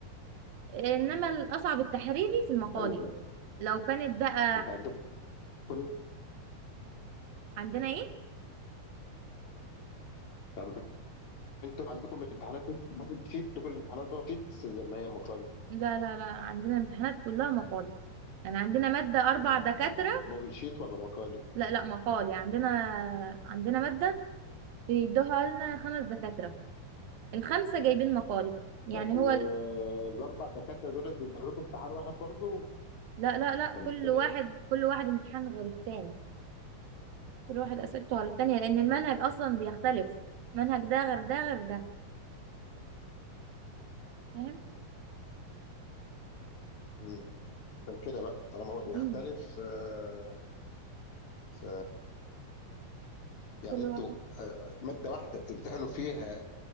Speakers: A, on the right; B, on the left.
A: إنما الأصعب التحريري في المقالي
B: ايوه
A: لو كانت بقى
B: انت عندكم كل
A: عندنا إيه؟
B: طب انتوا عندكم الامتحانات بابل شيت كل الامتحانات بابل شيت بس زي ما هي مقالي
A: لا لا لا عندنا امتحانات كلها مقالي يعني عندنا مادة
B: يعني
A: أربع دكاترة
B: بابل شيت ولا مقالي
A: لا لا مقال يعني عندنا عندنا مادة بيدوها لنا خمس دكاترة الخمسة جايبين مقالي يعني
B: طب
A: هو
B: والاربع
A: ال-
B: دكاتره دول بيمتحنوكم امتحان واحد برضه
A: لا لا لا
B: ولا
A: كل واحد
B: ايه؟
A: كل واحد امتحان غير التاني كل واحد أسئلته غير التانية لأن المنهج أصلا بيختلف منهج ده غير ده غير ده فاهم
B: مم. عشان كده بقى طالما هو بيختلف
A: مم.
B: آه، ف يعني
A: كل
B: انتوا
A: واحد
B: آه، ماده واحده بتمتحنوا فيها